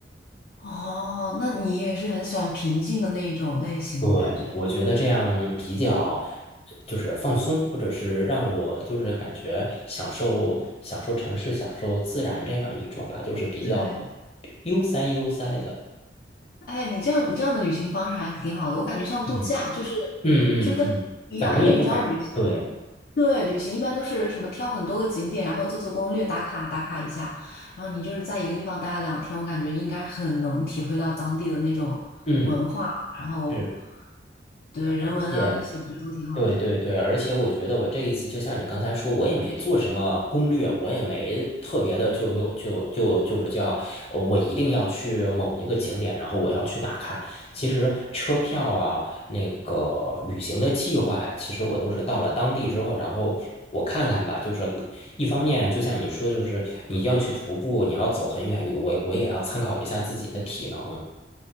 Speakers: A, on the left; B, on the left.
A: 哦，那你也是很喜欢平静的那一种类型，
B: 对，
A: 我感觉。
B: 我觉得这样比较就是放松，或者是让我就是感觉享受享受城市、享受自然这样一种吧，就是比较
A: 对，
B: 悠哉悠哉的。
A: 哎，你这样你这样的旅行方式还挺好的，我感觉像度假，
B: 嗯
A: 就是
B: 嗯嗯嗯，
A: 就是跟一样，
B: 反正也不赶。
A: 因为你知道旅行，
B: 对，
A: 对，旅行一般都是什么挑很多个景点，然后做做攻略，打卡打卡一下，然后你就是在一个地方待了两天，我感觉应该很能体会到当地的那种文化，
B: 嗯
A: 然后
B: 是，
A: 对人文啊那些，
B: 而且。
A: 我觉得都挺好的。
B: 对对对，而且我觉得我这一次就像你刚才说，我也没做什么攻略，我也没特别的就就就就就是叫呃我一定要去某一个景点，然后我要去打卡。其实车票啊，那个旅行的计划呀，其实我都是到了当地之后，然后我看看吧。就是一方面，就像你说，就是你要去徒步，你要走很远，我我也要参考一下自己的体能。